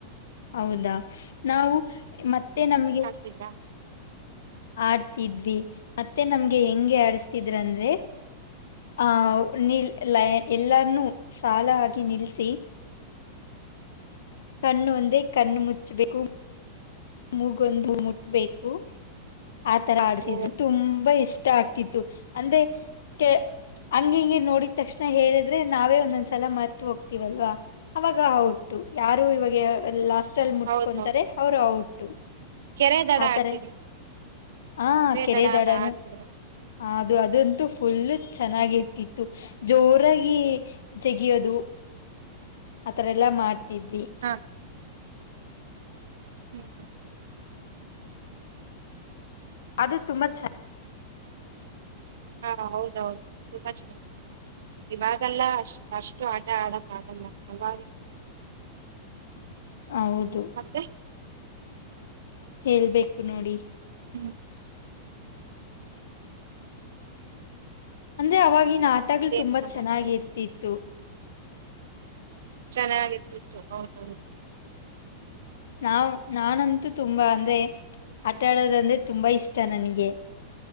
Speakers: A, on the left; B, on the right.
A: ಹೌದಾ ನಾವು ಮತ್ತೆ ನಮ್ಗೆ
B: ತಿದ್ರಾ
A: ಆಡ್ತಿದ್ವಿ ಮತ್ತೆ ನಮ್ಗೆ ಹೆಂಗೆ ಆಡ್ಸ್ತಿದ್ರ್ ಅಂದ್ರೆ ಆ ನಿಲ್ ಎಲ್ಲಾರ್ನೂ ಸಾಲಾಗಿ ನಿಲ್ಸಿ. ಕಣ್ಣು ಒಂದ್ರೆ ಕಣ್ಣು ಮುಚ್ಚಬೇಕು. ಮೂಗೊಂದು ಮುಟ್ಬೇಕು ಆತರ ಆಡ್ಸಿ
B: ಓ
A: ದ್ರು ತುಂಬಾ ಇಷ್ಟ ಆಗ್ತಿ ಅಂದ್ರೆ ಕೆ ಹಂಗ್ ಹಿಂಗೆ ನೋಡಿ ತಕ್ಷಣ ಹೇಳಿದ್ರೆ ನಾವೇ ಒಂದೊಂದ್ಸಲ ಮರ್ತ್ ಹೋಗ್ತೀವಲ್ವ. ಅವಾಗ ಔಟ್ಟು ಯಾರು ಇವಾಗ ಲಾಸ್ಟ್ ಅಲ್ಲಿ ಮುಟ್ಕೊಂತಾರೆ
B: ಹೌದೌದು
A: ಅವ್ರು ಔಟ್
B: ಕೆರೆ ದಡ
A: ಆಡ್ತಾರೆ
B: ಆಡ್ತಿದ್ವಿ
A: ಹ ಕೆರೆ
B: ದಡ
A: ದಡನು
B: ಆಡ್ತಿದ್ವಿ
A: ಅದು ಅದಂತೂ ಫುಲ್ಲು ಚೆನ್ನಾಗಿರ್ತಿತ್ತು ಜೋರಾಗಿ ಜಗಿಯೋದು ಆತರ ಎಲ್ಲಾ ಮಾಡ್ತಿದ್ವಿ.
B: ಹಾ ಹ್ಮ್ ಹ್ಮ್
A: ಅದು ತುಂಬಾ ಚೆನ್ನ
B: ಹಾ ಹೌದೌದು ತುಂಬಾ ಚೆನ್ನಾಗಿ ಇವಾಗೆಲ್ಲ ಅಷ್ಟ ಅಷ್ಟು ಆಟ ಆಡಕ್ ಆಗಲ್ಲ ಅವ
A: ಹೌದು
B: ಮತ್ತೆ
A: ಹೇಳ್ಬೇಕು ನೋಡಿ
B: ಹ್ಮ್
A: ಅಂದ್ರೆ ಅವಾಗಿನ ಆಟಗಳು ತುಂಬಾ
B: ಏನ್ ಸಮಾಚಾರ
A: ಚೆನ್ನಾಗಿರ್ತಿತ್ತು
B: ಚೆನ್ನಾಗಿರ್ತಿತ್ತು ಹೌದೌ
A: ನಾವ್ ನಾನಂತೂ ತುಂಬಾ ಅಂದ್ರೆ ಆಟ ಆಡೋದಂದ್ರೆ ತುಂಬಾ ಇಷ್ಟ ನನಗೆ